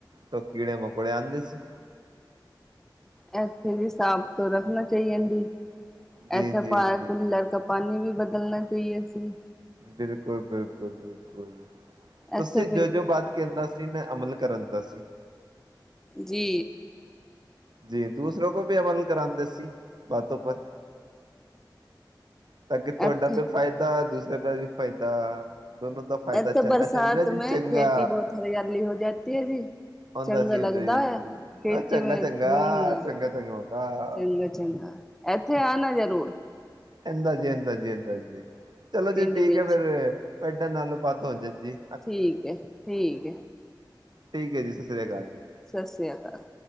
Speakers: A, on the right; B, in the centre.
A: ਤੇ ਕੀੜੇ ਮਕੌੜੇ ਆਂਦੇਸੀ।
B: ਐਥੇ ਵੀ ਸਾਫ ਤੋਂ ਰੱਖਨਾ ਚਾਈਅਨ ਬੀ।
A: ਜੀ
B: ਐਥੇ
A: ਜੀ
B: ਪਾ
A: ਜੀ
B: ਕੁਲੜ ਕਾ ਪਾਨੀ ਵੀ ਬਦਲਨਾ ਚਾਈਏ ਸੀ।
A: ਬਿਲਕੁਲ ਬਿਲਕੁਲ ਬਿਲਕੁਲ। ਤੁਸੀ
B: ਇੱਥੇ
A: ਜੋ ਜੋ ਬਾਤ ਕੇਂਦਾ ਸੀ, ਮੈਂ ਅਮਲ ਕਰੇਂਦਾ ਸੀ।
B: ਜੀ।
A: ਜੀ। ਦੂਸਰੋ ਕੋ ਵੀ ਅਮਲ ਕਰਾਂਦੇ ਸੀ ਬਾਤੋਂ ਪਰ। ਤਾਂ ਕਿ ਤੁਆਡਾ
B: ਇੱਥੇ
A: ਤੇ ਫਾਏਦਾ ਦੂਸਰੇ ਦਾ ਵੀ ਫਾਇਦਾ ਦੋਨੋ ਦਾ ਫਾਇਦਾ
B: ਏਥੇ
A: ਚੰਗਾ
B: ਬਰਸਾਤ
A: ਚੰਗਾ ਜੀ
B: ਮੈਂ
A: ਚੰਗਾ
B: ਖੇਤੀ ਬੋਤ ਹਰਿਆਲੀ ਹੋ ਜਾਤੀ ਐ ਜੀ।
A: ਹੁੰਦਾ
B: ਚੰਗਾ
A: ਸੀ
B: ਲੱਗਦਾ
A: ਹੁੰਦਾ ਜੀ
B: ਐ ਖੇਤੀ
A: ਚੰਗਾ
B: ਮੇਂ
A: ਚੰਗਾ
B: ਘੁੰਮਨਾ।
A: ਚੰਗਾ ਚੰਗਾ ਹੁੰਦਾ
B: ਚੰਗਾ ਚੰਗਾ। ਏਥੇ ਆਨਾ ਜਰੂਰ।
A: ਅੰਦਾ ਜੀ ਅੰਦਾ ਜੀ ਅੰੰਦਾ ਜੀ। ਚਲੋ
B: ਪਿੰਡ
A: ਜੀ ਠੀਕ
B: ਵਿੱਚ
A: ਐ ਫਿਰ ਤਡੇ ਨਾਲ ਬਾਤ ਹੋ ਜੇਜੀ।
B: ਠੀਕ ਏ ਠੀਕ ਏ।
A: ਠੀਕ ਏ ਜੀ। ਸਤ ਸੀ੍ ਅਕਾਲ ਜੀ।
B: ਸਤਿ ਸ਼੍ਰੀ ਅਕਾਲ।